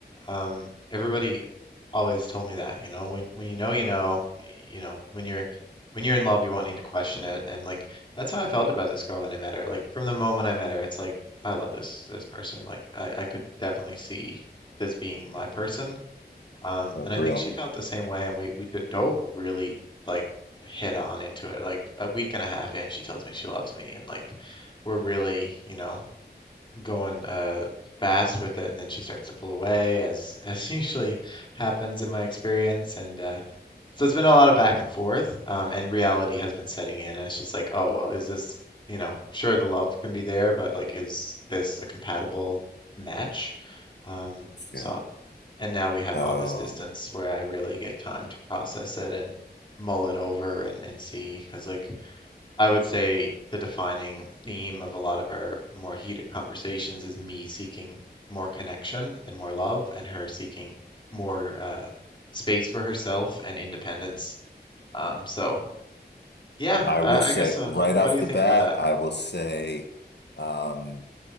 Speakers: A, on the left (about 25°); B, on the left (about 75°).
A: Um, everybody always told me that, you know, when when you know, you know, y- you know, when you're when you're in love, you won't need to question it. And like that's how I felt about this girl when I met her. Like from the moment I met her, it's like I love this this person. Like I, I could definitely see this being my person. Um,
B: That's
A: and I
B: real.
A: think she felt the same way, and we we d- dove really like head on into it. Like a week and a half in, she tells me she loves me, and like we're really, you know going uh fast with it and then she starts to pull away as as <laughs> usually happens in my experience and uh so it's been a lot of back and forth um and reality has been setting in and it's just like oh well is this you know sure the love can be there but like is this a compatible match um
B: Shit.
A: so and now we have
B: Oh,
A: all this distance where I really get time to process it and mull it over and and see because like I would say the defining theme of a lot of our more heated conversations is me seeking more connection and more love, and her seeking more uh, space for herself and independence. Um, so yeah,
B: I
A: I,
B: will say
A: I guess. Uh,
B: right
A: what
B: off
A: do you
B: the
A: think
B: bat,
A: about that?
B: I will say, um,